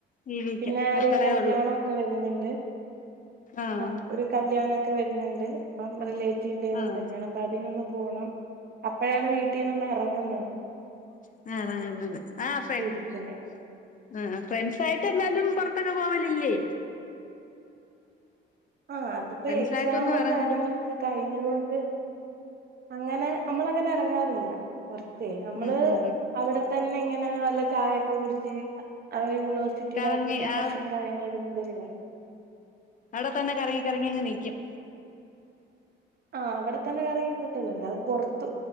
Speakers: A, on the left; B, on the right.
A: ജീവിക്കാം
B: പിന്നൊരു
A: അത്രയേ
B: കല്യാണൊക്കെ
A: ഉള്ളൂ
B: വരുന്നുണ്ട് എ
A: ആഹ്
B: ആ ഒരു കല്യാണെക്കെ വരുന്ന്ണ്ട് നമ്മുടെ റിലേറ്റഡ് ന്റെതോ
A: ആഹ്
B: കല്യാണം അപ്പൊതിനൊന്ന് പോണം അപ്പഴാണ് വീട്ടിന്നൊന്ന് എറങ്ങുന്നത്
A: <unintelligible> <unintelligible> <unintelligible> ആ ആ ആ
B: ഇരിക്കുന്നത്
A: ഫ്രണ്ട്സായിട്ടന്നാലും പ്പൊന്നും പോവലില്ലേ
B: ആ അതിപ്പോ
A: ഫ്രണ്ട്സായിട്ടൊന്നും
B: എക്സാമും
A: ഇറങ്ങല്
B: കാര്യങ്ങളൊക്കെ കഴിഞ്ഞതുകൊണ്ട് അങ്ങനെ നമ്മളങ്ങനെ എറങ്ങാറില്ല പുറത്തേ നമ്മള്
A: ഉം ഉം
B: അവിടെത്തന്നെ ഇങ്ങ ന നല്ല ഛായൊക്കെ കുടിച്ച് അങ്ങനെ യൂ യൂണിവേഴ്സിറ്റിയുടെ
A: കറങ്ങി
B: അടുത്തന്നെ
A: ആ
B: കഫിം കാര്യങ്ങളൊക്കെ <unintelligible>
A: അടെ തന്നെ കറങ്ങി കറങ്ങിങ്ങ് നീക്കും
B: ആ അവിടെത്തന്നെ കറങ്ങിക്ക ട്ടെല്ലല്ലാ പൊറത്തു